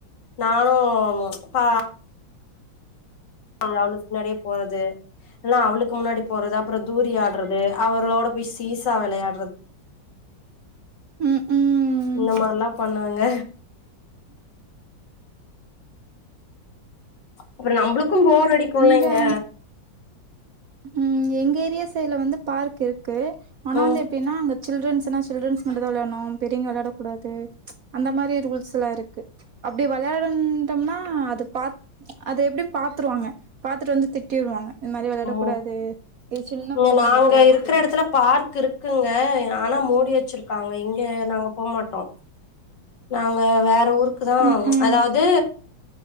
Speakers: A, on the left (about 65°); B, on the right (about 60°).
A: நானு பா அங்க‌ அவளுக்கு பின்னாடியே போறது ஆனா அவளுக்கு முன்னாடி போறது அப்றோ தூரி ஆட்றது அவர்களோட போய் சீசா விளையாடுற
B: ம் ம்
A: இந்த மாரிலா பண்ணுவங்க அப்றோ நம்பளுக்கும் போர் அடிக்கு இல்லைங்க
B: இங்க ம் எங்க ஏரியா சைடுல வந்து பார்க் இருக்கு ஆனா
A: ம்
B: வந்து எப்டின்னா அங்க சில்ட்ரன்ஸ்னா சில்ட்ரன்ஸ் மட்டு தா விளையாடணு பெரியங்க விளையாட கூடாது அந்த மாரி ரூல்ஸ்ல்லா இருக்கு அப்டி விளையாடட்டோம்னா அது பாத் அத எப்டியு பாத்துருவாங்க பாத்துட்டு வந்து திட்டி விடுவாங்க இந்த மாரி விளையாடக்
A: ஓ
B: கூடாது இது சின்ன
A: இங்க
B: கொழந்தைங்களுக்கு
A: நாங்க இருக்குற
B: அப்டின்னு
A: இடத்துல பார் க்குங்க ஆனா மூடி வச்சிருக்காங்க இங்கே நாங்க போமாட்டோ நாங்க வேற ஊருக்கு தா
B: ம் ம்
A: அதாது